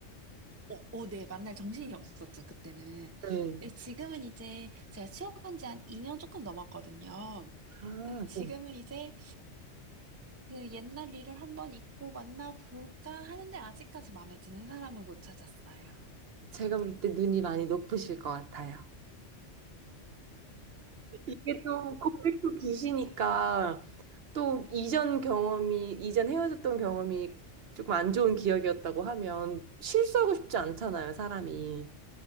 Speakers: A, on the right; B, on the right.
A: 어, 어, 네, 만날 정신이 없었죠, 그때는.
B: 네
A: 근데 지금은 이제 제가 취업한 지 한 2년 조금 넘었거든요.
B: 아,
A: 그래서 지금은
B: 네.
A: 이제 그 옛날 일을 한번 잊고 만나볼까 하는데 아직까지 마음에 드는 사람은 못 찾았어요.
B: 제가 볼 때 눈이 많이 높으실 것 같아요. 이게 또 고백도 기시니까 또 이전 경험이, 이전 헤어졌던 경험이 조금 안 좋은 기억이었다고 하면 실수하고 싶지 않잖아요, 사람이.